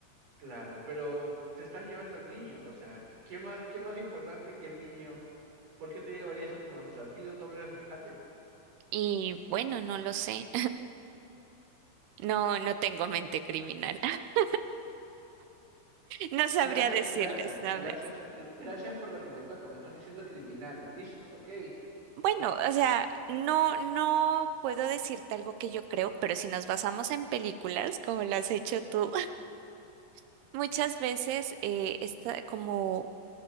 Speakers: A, on the right; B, on the right.
A: claro, pero te estás llevando al niño, o sea, ¿qué más, qué más importante que el niño? ¿Por qué te llevarías otro más? O sea, ¿pido doble rescate?
B: Y bueno, no lo sé. No, no tengo mente criminal. <laughs> No sabría
A: Gracias,
B: decirles,
A: gracias,
B: ¿sabes?
A: gracias, gr- gracias por lo que me toca. Me estás diciendo criminal. Listo, ok.
B: Bueno, o sea, no, no puedo decirte algo que yo creo, pero si nos basamos en películas, como lo has hecho tú, <laughs> muchas veces eh, está como